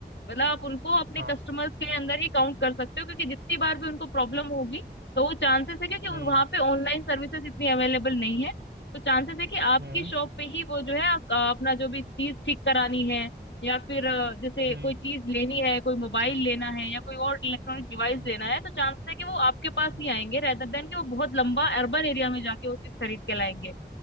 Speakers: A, on the left; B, on the right.
A: मतलब आप उनको अपने
B: हाँ
A: कस्टमर्स के अंदर ही काउंट कर सकते हो क्योंकि जितनी बार भी उनको प्रॉब्लम होगी तो वो चांसेस है क्योंकि
B: हम्म
A: वहां पे ऑनलाइन सर्विसेज इतनी अवेलेबल नहीं है तो चांसेस है कि आपकी
B: हम्म
A: शॉप पे ही वो जो है आप, आ, अपना जो भी चीज ठीक करानी है या फिर अ, जैसे
B: हम्म
A: कोई चीज लेनी है कोई मोबाइल लेना है या कोई और इलेक्ट्रॉनिक डिवाइस
B: हम्म
A: लेना है तो चांसेस है कि वो आपके पास
B: हम्म
A: ही आएंगे रेदर देन कि वो बहुत लंबा अर्बन एरिया में जाके वो चीज खरीद
B: हम्म
A: के लाएंगे